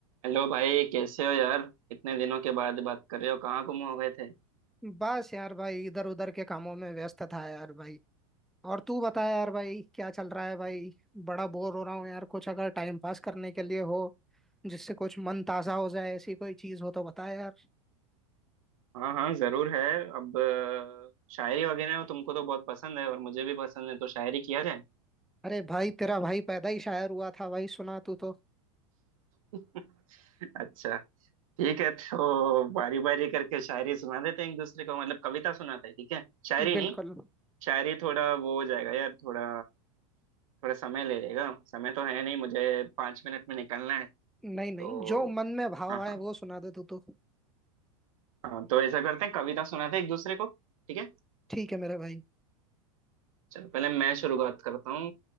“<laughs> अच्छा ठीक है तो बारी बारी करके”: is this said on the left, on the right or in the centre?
Right